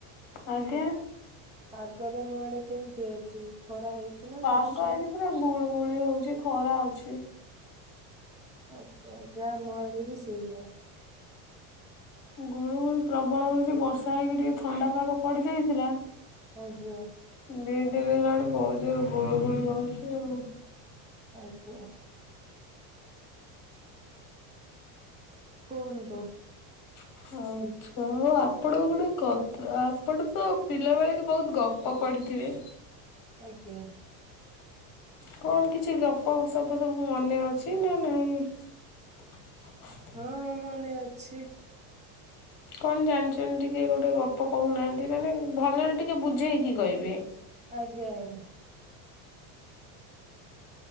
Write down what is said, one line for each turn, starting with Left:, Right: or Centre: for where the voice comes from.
Left: ଆଜ୍ଞା?
Right: ପାଗ ତମ ଆଡେ କେମିତି ଅଛି ଖରା ହେଇଛି ନା
Left: ପାଗ
Right: ବର୍ଷା?
Left: ଆଜି ପୁରା ଗୁଳୁ ଗୁଳି ହଉଚି ଖରା ଅଛି।
Right: ଆଜ୍ଞା ଆଜ୍ଞା ଆମ ଆଡେ ବି ସେଇଆ
Left: ଗୁଳୁ ଗୁଳୁ ପ୍ରବଳ ହଉଛି ବର୍ଷା ହେଇକି ଟିକେ ଥଣ୍ଡା ପାଗ ପଡ଼ିଯାଇଥିଲା
Right: ଆଜ୍ଞା।
Left: ଦିଦି ହେଲାଣି ବହୁତ୍ ଜୋର ଗୁଳୁ ଗୁଳି ହଉଛି ଆଉ
Right: ଆଜ୍ଞା। କୁହନ୍ତୁ।
Left: <unintelligible> ଛ ଆଉ ଆପଣ ଗୋଟେ କଥା ଆପଣ ତ ପିଲାବେଳେ କି ବହୁତ୍ ଗପ ପଢ଼ିଥିବେ।
Right: ଆଜ୍ଞା।
Left: କଣ କିଛି ଗପସପ ସବୁ ମନେ ଅଛି ନା ନାଇଁ <unintelligible>
Right: ହଁ ମନେ ଅଛି।
Left: କଣ ଜାଣିଛନ୍ତି ଟିକେ ଗୋଟେ ଗପ କହୁନାହାନ୍ତି ମାନେ ଭଲରେ ଟିକେ ବୁଝେଇକି କହିବେ।
Right: ଆଜ୍ଞା୍।